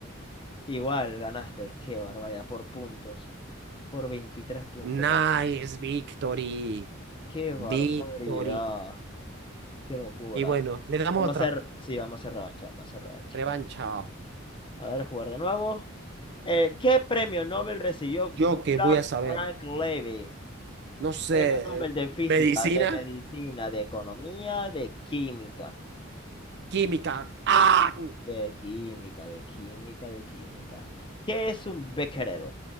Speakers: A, on the left; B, on the right.
A: Igual, ganaste. Qué barbaridad. Por puntos. Por 23 puntos
B: Nice
A: ganó.
B: victory.
A: Qué barbaridad.
B: Victory.
A: Qué locura.
B: Y bueno, le damos
A: Vamos
B: otra.
A: a hacer, sí, vamos a hacer revancha, vamos a hacer revancha.
B: Revancha.
A: A ver, jugar de nuevo. Eh, ¿qué premio Nobel recibió Willard
B: Yo que voy a saber.
A: Frank Levy?
B: No sé.
A: Premio Nobel
B: eh,
A: de Física,
B: Medicina,
A: de Medicina, de Economía, de Química.
B: química. ¡Ah!
A: De química, de química, de química. ¿Qué es un becquerel?